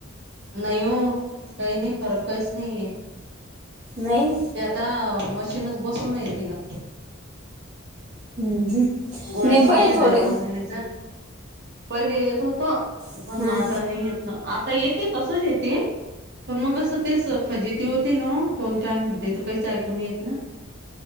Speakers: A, on the right (about 55°); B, on the right (about 35°).
A: नाही वो, काही नाही फरक काहीच नाहीये
B: नाही
A: ते आता, मशीनच बसून आहे तिला
B: हम्म, हम्म.
A: गोळ्या
B: नाही
A: संपल्या
B: पाहिजे थोडं
A: काय, खाऊन आले जा, पहिले येत होतो,
B: हां
A: पण म आता नाही येत ना, आता येत्यात तूज येते, पण मग असं तेच फजिती होते ना हो, कोण काय म्हणते त पैज ऐकू येत ना